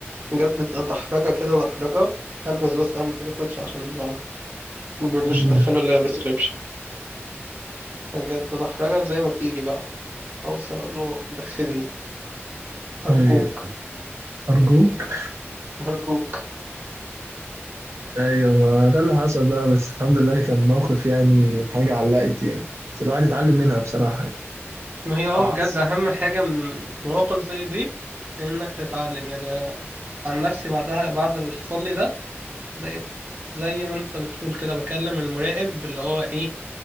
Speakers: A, on the right (about 45°); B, on the right (about 85°).
A: بجد ده دحرجه كده دحرجه البس بس اهم حاجه كوتشي عشان ما ما بيرضوش
B: مم.
A: يدخلوا الا لابس شبشب بجد ده دحرجه زي ما تيجي بقى اوصل اقول له دخلني ارجوك
B: ايوه ارجوك
A: ارجوك
B: ايوه ده اللي حصل بقى بس الحمد لله كان موقف يعني حاجه علقت يعني بس الواحد اتعلم منها بصراحه يعني
A: ما هي اه
B: صعب.
A: بجد اهم حاجه من مواقف زي دي انك تتعلم يعني أنا عن نفسي بعدها بعد اللي حصل لي ده بقيت زي ما انت بتقول كده بكلم المراقب اللي هو ايه